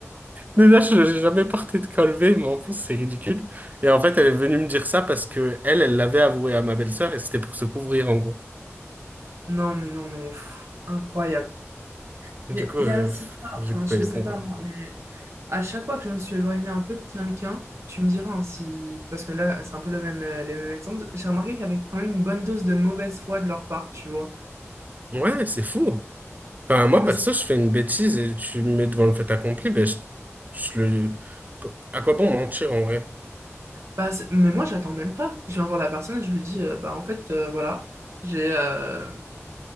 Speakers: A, on the right; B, on the right.
A: Déjà, je j'ai jamais porté de col V, mais en plus, c'est ridicule. Et en fait, elle est venue me dire ça parce que elle, elle l'avait avoué à ma belle-sœur et c'était pour se couvrir, en gros.
B: Non, mais non, mais pff, incroyable.
A: Et
B: Mais
A: du coup,
B: il
A: euh,
B: y a aussi
A: pff,
B: ça,
A: j'ai
B: enfin,
A: coupé
B: je
A: les
B: sais
A: ponts,
B: pas
A: quoi.
B: moi, mais à chaque fois que je me suis éloignée un peu de quelqu'un, tu me diras hein, si. Parce que là, c'est un peu le même, euh, les mêmes exemples. J'ai remarqué qu'il y avait quand même une bonne dose de mauvaise foi de leur part, tu vois.
A: Ouais, c'est fou. Enfin, moi,
B: Mais,
A: perso,
B: c'est
A: je fais une bêtise et tu me mets devant le fait accompli, ben, je, je le... À quoi bon mentir, en vrai?
B: pas- c'est- mais moi, j'attends même pas. Je viens voir la personne et je lui dis, euh, bah, en fait, euh, voilà, j'ai euh,